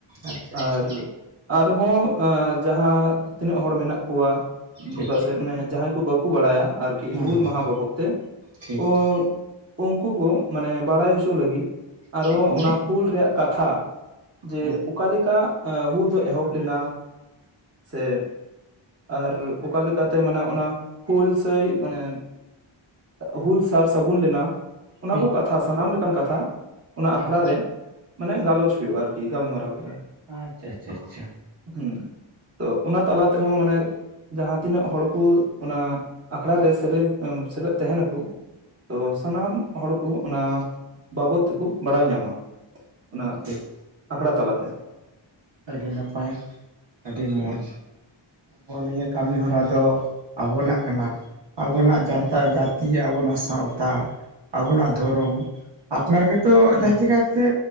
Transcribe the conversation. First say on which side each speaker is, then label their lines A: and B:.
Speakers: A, on the right; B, on the right.
A: ᱟᱪᱪᱷᱟ ᱟᱪᱪᱷᱟ
B: ᱟᱨ ᱟᱨᱦᱚᱸ ᱡᱟᱦᱟᱸ ᱛᱤᱱᱟᱹᱜ ᱦᱚᱲ ᱢᱮᱱᱟᱜ ᱠᱚᱣᱟ
A: ᱴᱷᱤᱠ
B: ᱯᱟᱥᱮᱡ ᱢᱟᱱᱮ ᱡᱟᱦᱟᱸᱭ ᱠᱚ ᱵᱟᱠᱚ ᱵᱟᱲᱟᱭᱟ ᱟᱨ ᱠᱤ
A: ᱦᱩᱸ
B: ᱦᱩᱞ
A: ᱦᱩᱸ
B: ᱢᱟᱦᱟ ᱵᱟᱵᱚᱫ ᱛᱮ
A: ᱴᱷᱤᱠ
B: ᱚ
A: ᱴᱷᱤᱠ
B: ᱩᱝᱠᱩ ᱠᱚ ᱢᱟᱱᱮ ᱵᱟᱲᱟᱭ ᱦᱚᱪᱚ ᱞᱟᱹᱜᱤᱫ ᱟᱨᱦᱚᱸ
A: ᱴᱷᱤᱠ ᱜᱮᱭᱟ
B: ᱚᱱᱟ ᱦᱩᱞ ᱨᱮᱭᱟᱜ ᱠᱟᱛᱷᱟ ᱡᱮ
A: ᱦᱩᱸ
B: ᱚᱠᱟᱞᱮᱠᱟ ᱟ ᱦᱩᱞ ᱫᱚ ᱮᱦᱚᱵ ᱞᱮᱱᱟ ᱥᱮ ᱟᱨ ᱚᱠᱟᱞᱮ ᱞᱮᱠᱟᱛᱮ ᱢᱟᱱᱮ ᱚᱱᱟ ᱦᱩᱞ ᱥᱮᱟᱹᱭ ᱢᱟᱱᱮ ᱦᱩᱞ ᱥᱟᱨ ᱥᱟᱹᱜᱩᱱ ᱞᱮᱱᱟ ᱚᱱᱟ
A: ᱴᱷᱤᱠ
B: ᱠᱚ ᱠᱟᱛᱷᱟ ᱥᱟᱱᱟᱢ ᱞᱮᱠᱟᱱ ᱠᱟᱛᱷᱟ ᱚᱱᱟ
A: ᱦᱮᱸ
B: ᱟᱠᱷᱲᱟ ᱨᱮ ᱢᱟᱱᱮ ᱜᱟᱞᱚᱪ ᱦᱩᱭᱩᱜᱼᱟ ᱟᱨᱠᱤ ᱜᱟᱞᱢᱟᱨᱟᱣ ᱦᱩᱭᱩᱜᱼᱟ
A: ᱟᱪᱪᱷᱟ ᱟᱪᱪᱷᱟ ᱟᱪᱪᱷᱟ
B: ᱦᱮᱸ ᱛᱚ ᱚᱱᱟ ᱛᱟᱞᱟ ᱛᱮᱦᱚᱸ ᱢᱟᱱᱮ ᱡᱟᱦᱟᱸ ᱛᱤᱱᱟᱹᱜ ᱦᱚᱲ ᱠᱚ ᱚᱱᱟ ᱟᱠᱷᱲᱟ ᱨᱮ ᱥᱮᱞᱮᱫ ᱥᱮᱞᱮᱫ ᱛᱟᱦᱮᱱᱟᱠᱚ ᱛᱚ ᱥᱟᱱᱟᱢ ᱦᱚᱲ ᱠᱚ ᱚᱱᱟ ᱵᱟᱵᱚᱫ ᱛᱮᱠᱚ ᱵᱟᱲᱟᱭ ᱧᱟᱢᱟ ᱚᱱᱟ
A: ᱴᱷᱤᱠ
B: ᱟᱠᱷᱲᱟ ᱛᱟᱞᱟᱛᱮ
A: ᱟᱹᱰᱤ ᱱᱟᱯᱟᱭ ᱟᱹᱰᱤ ᱢᱚᱡᱽ
B: ᱦᱩᱸ
A: ᱟᱵᱚ ᱱᱤᱭᱟᱹ ᱠᱟᱹᱢᱤᱦᱚᱨᱟ ᱫᱚ ᱟᱵᱚᱱᱟᱜ ᱠᱟᱱᱟ ᱟᱵᱚᱱᱟᱜ ᱡᱟᱛᱟ
B: ᱦᱩᱸ
A: ᱜᱟᱛ ᱤᱭᱟᱹ ᱟᱵᱚᱱᱟᱜ ᱥᱟᱶᱛᱟ ᱟᱵᱚᱱᱟᱜ ᱫᱷᱚᱨᱚᱢ ᱟᱯᱱᱟᱨ ᱜᱮᱛᱚ
B: ᱦᱩᱸ
A: ᱡᱟᱹᱥᱛᱤ ᱠᱟᱭᱛᱮ